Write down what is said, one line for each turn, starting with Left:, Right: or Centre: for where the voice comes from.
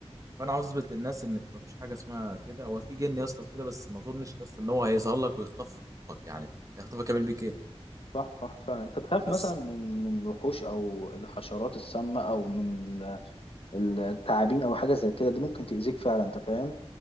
Right: فانا عاوز اثبت للناس ان مفيش حاجه اسمها كده هو في جن يا اسطى وكده بس ما اظنش يا اسطى ان هو هيظهر لك ويخطفك يعني هيخطفك يعمل بيك ايه
Left: صح صح فعلا انت تخاف
Right: بس
Left: مثلا من من الوحوش او الحشرات السامة او من ال- التعابين او حاجة زي كده دي ممكن تأذيك فعلا انت فاهم